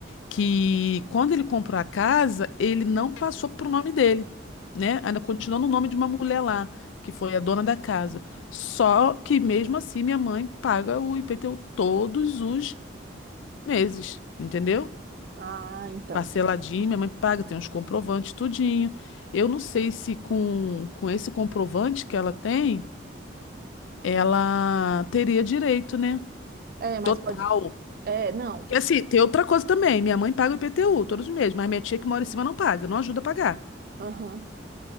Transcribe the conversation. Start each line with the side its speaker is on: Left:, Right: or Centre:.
Left: que quando ele comprou a casa, ele não passou pro nome dele, né? Ainda continuou no nome de uma mulher lá, que foi a dona da casa. Só que mesmo assim, minha mãe paga o IPTU todos os meses, entendeu?
Right: Ah, então.
Left: Parceladinho, minha mãe paga, tem uns comprovantes, tudinho. Eu não sei se com, com esse comprovante que ela tem, ela teria direito, né?
Right: É, mas
Left: Total.
Right: pode. É, não.
Left: Porque assim, tem outra coisa também. Minha mãe paga o IPTU todos os meses, mas minha tia que mora em cima não paga, não ajuda a pagar.
Right: Aham.